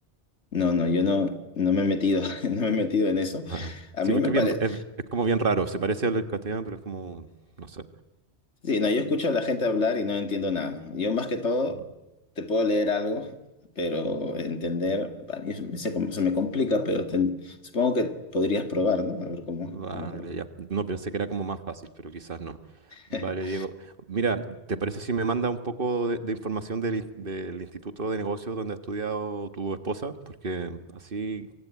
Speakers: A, on the left; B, on the right.
A: No, no, yo no, no me he metido, <laughs> no me he metido en eso.
B: <laughs>
A: A
B: Sí,
A: mí
B: porque
A: me parece,
B: es bien, r- es, es como bien raro. Se parece al del castellano, pero es como, no sé.
A: sí, no, yo escucho a la gente hablar y no entiendo nada. Yo más que todo
B: Mm.
A: te puedo leer algo, pero entender, para mí se, se com- se me complica, pero ten- supongo que podrías probar, ¿no? A ver cómo,
B: Vale,
A: cómo te va.
B: ya. No pensé que era como más fácil, pero quizás no. Vale,
A: <laughs>
B: Diego. Mira, ¿te parece si me manda un poco de, de información del, in- del Instituto de Negocios donde ha estudiado tu esposa? Porque así,